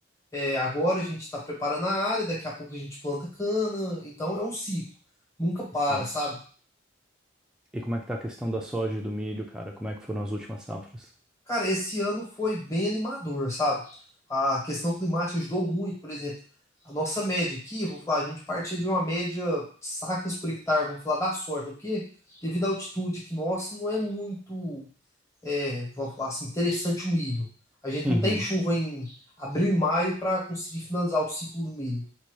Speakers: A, on the left; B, in the centre.
A: É, agora a gente está preparando a área, daqui a pouco a gente planta cana, então é um ciclo, nunca para,
B: sim.
A: sabe?
B: E como é que tá a questão da soja e do milho, cara? Como é que foram as últimas safras?
A: Cara, esse ano foi bem animador, sabe? A questão climática ajudou muito, por exemplo, a nossa média aqui, vamos falar, a gente partia de uma média de sacas por hectare, vamos falar da soja, né? Porque devido à altitude que nossa, não é muito, é, vamos falar assim, interessante o milho. A gente
B: Uhum.
A: não tem chuva em abril e maio para conseguir finalizar o ciclo do milho,